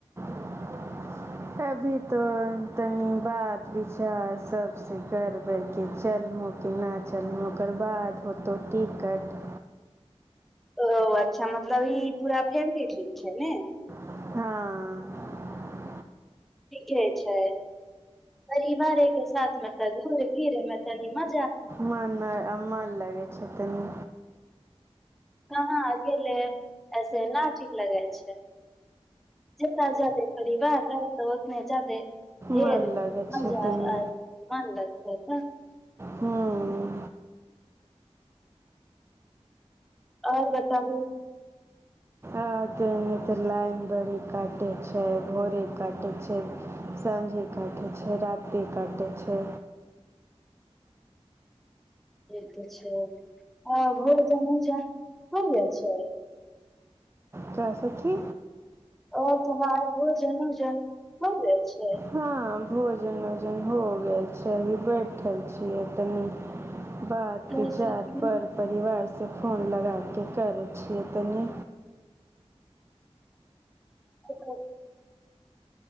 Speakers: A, on the right (about 25°); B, in the centre.
A: <inaudible> अभी तो तनी बात विचार सबसे करबैके चलमु केना चलमुं ओकर बाद होतौ टिकट
B: ओ अच्छा मतलब ई पूरा फेमीली ट्रीप छै ने
A: हँ
B: ठीके छै परिवारे के साथमे तब घूर फिरे मे तनि म
A: मन मन लगे छै तनी
B: कहाँ अकेले ऐसे न ठीक लगै छै जितना जादे परिवार रहत उतने जादे हे
A: मन लगै छै
B: मजा
A: तनी
B: एत मन लगते त
A: हूं
B: आओर बताबू
A: आ त ओने तऽ लाइन बड़ी काटे छै भोरे काटे छै सााँझे काटे छै राति काटे छै
B: ई त छै आ भोजन उजन होइ गेल छै
A: त सखी
B: त भोजन उजन हो जाय छै
A: हँ भोजन ओज हो गेल छै अभी बैठल छियै तनी बात
B: जैसे
A: विचार
B: कि
A: पर परिवार से फोन लगा के करै छियै तनि
B: <unintelligible>